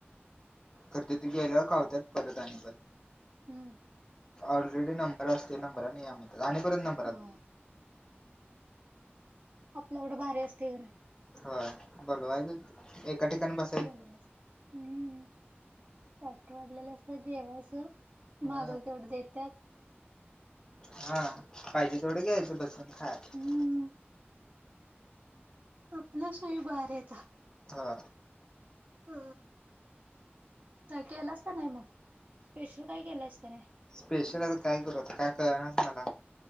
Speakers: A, on the left; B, on the right.
A: करते ती गेल्यावर खावतात परत आणि पर
B: हम्म
A: ऑलरेडी नंबर असते नंबर नाही आम् आणिपर्ंत नंबर
B: होय आपल्याकडं भारी असते गरे
A: होय बरोबर आहे एका ठिकाणी बस
B: बोल बर हम् ताट वाढलेले असतात जेवायचं
A: ह
B: मागल तेवढे देतात
A: हा पाहिजे तेवडे घ्यायच बसून खायचं
B: हम्म आपल्या सोई भारि हे त
A: हा
B: आ काय केलास का नाही मग स्पेशल काय केलंयस का नाही
A: स्पेशल आता काय करू आता काय कळणाचं मला